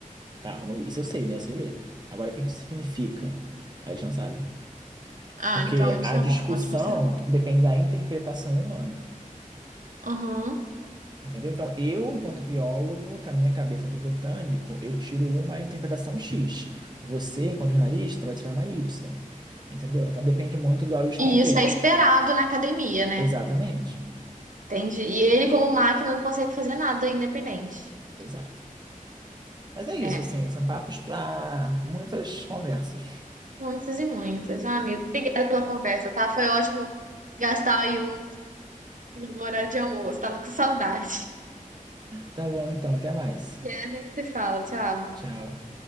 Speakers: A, on the right; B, on the right.
A: Tá, isso eu sei, né? Eu sei ler. Agora, o que que isso significa? Aí Eles não sabem.
B: Ah,
A: Porque
B: então isso
A: a
B: é
A: discussão
B: um ótimo sinal.
A: depende da interpretação humana.
B: Aham.
A: Entendeu? Então, eu, enquanto biólogo, com a minha cabeça de botânico, eu tiro uma interpretação X. Você, enquanto jornalista, vai tirar uma Y. Entendeu? Então, depende muito dos olhos de
B: E
A: quem vê.
B: isso é esperado na academia, né?
A: Exatamente.
B: Entende? E ele, como máquina, não consegue fazer nada independente.
A: Exato. Mas é isso,
B: É.
A: assim, são papos para muitas conversas.
B: Muitas e muitas. Ah, amigo, obrigada pela conversa, tá? Foi ótimo gastar aí um no horário de almoço. Tava com saudade.
A: Tá bom, então, até mais.
B: <laughs> E a gente se fala. Tchau.
A: Tchau.